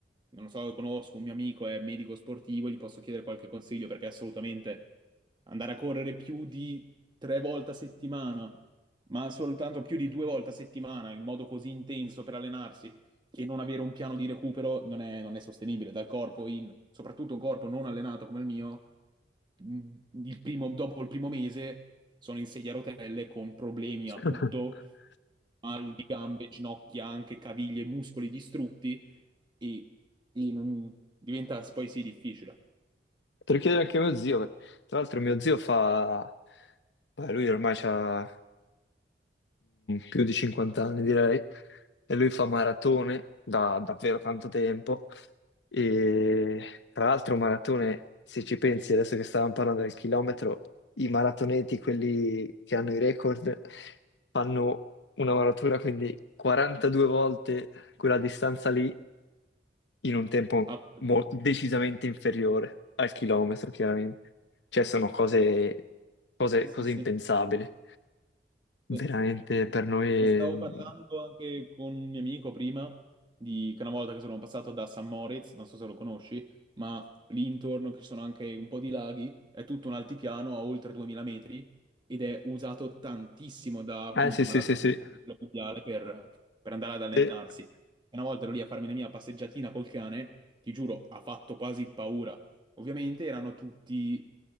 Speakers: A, on the right (about 25°); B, on the left (about 85°).
A: Non lo so, conosco un mio amico, è medico sportivo, gli posso chiedere qualche consiglio perché assolutamente andare a correre più di tre volte a settimana, ma soltanto più di due volte a settimana in modo così intenso per allenarsi che non avere un piano di recupero non è, non è sostenibile dal corpo, in- soprattutto un corpo non allenato come il mio, mh, il primo- dopo il primo mese sono in sedia a rotelle con problemi a
B: <laughs>
A: tutto, mal di gambe, ginocchia, anche caviglie, muscoli distrutti e, e non- diventa poi sì difficile.
B: Te lo chiedere anche a mio zio. eh. Tra l'altro mio zio fa... Beh, lui ormai ha più di 50 anni direi e lui fa maratone da davvero tanto tempo. E tra l'altro, maratone, se ci pensi, adesso che stavamo parlando del chilometro, i maratoneti, quelli che hanno i record, fanno una maratura, quindi 42 volte quella distanza lì in un tempo
A: Ah,
B: mo- decisamente inferiore al chilometro, chiaramente. Cioè, sono cose, cose,
A: sì, sì,
B: cose
A: sì.
B: impensabili.
A: Sì.
B: Veramente per noi.
A: Ne stavo parlando anche con un mio amico prima, di, che una volta che sono passato da San Moritz, non so se lo conosci, ma lì intorno che ci sono anche un po' di laghi, è tutto un altipiano a oltre 2000 metri ed è usato tantissimo da appunto
B: Eh, sì, sì,
A: maratoni
B: sì, sì.
A: a livello mondiale per, per andare ad allenarsi.
B: Sì.
A: E Una volta ero lì a farmi la mia passeggiatina col cane, ti giuro, ha fatto quasi paura. Ovviamente erano tutti,